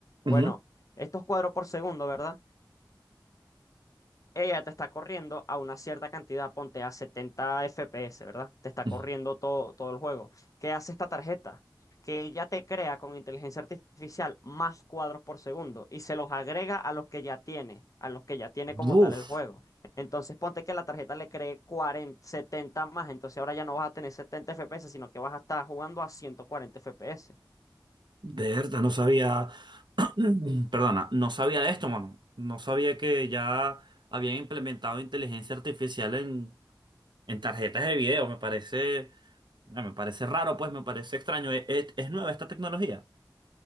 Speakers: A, on the right (about 70°); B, on the left (about 45°).
A: ujú,
B: Bueno, estos cuadros por segundo, ¿verdad? ella te está corriendo a una cierta cantidad, ponte a 70 FPS, ¿verdad? Te está
A: ujú.
B: corriendo todo, todo el juego. ¿Qué hace esta tarjeta? Que ella te crea con inteligencia artificial más cuadros por segundo y se los agrega a los que ya tiene, a los que ya tiene como
A: Uf.
B: tal el juego. Entonces ponte que la tarjeta le cree 40, 70 más, entonces ahora ya no vas a tener 70 FPS, sino que vas a estar jugando a 140 FPS.
A: De verdad, no sabía, <clears throat> perdona, no sabía de esto, mano. No sabía que ya habían implementado inteligencia artificial en, en tarjetas de video. Me parece, ah, me parece raro, pues, me parece extraño. ¿Es, es- es nueva esta tecnología?